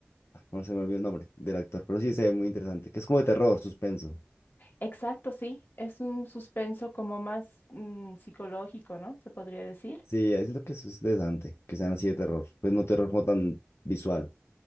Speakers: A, on the left (about 80°); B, on the left (about 50°).
A: ah, no se me olvidó el nombre del actor, pero sí se ve muy interesante, que es como de terror, suspenso.
B: Exacto, sí, es un suspenso como más mm, psicológico, ¿no? Se podría decir.
A: Sí, eh, siento que eso es interesante, que sean así de terror, pues no terror como tan visual.